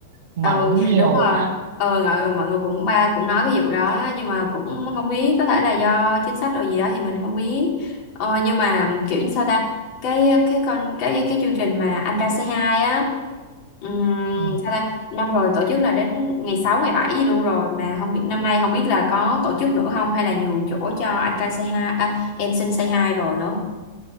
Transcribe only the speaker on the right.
mắng
nhiều
lắm.
Ừ.